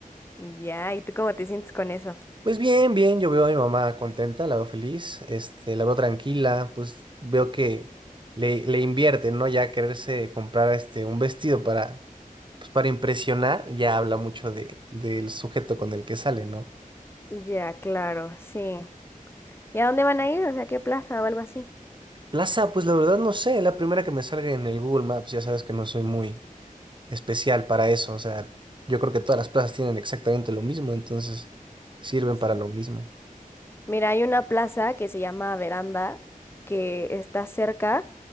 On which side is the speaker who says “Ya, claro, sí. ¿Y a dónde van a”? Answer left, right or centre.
Left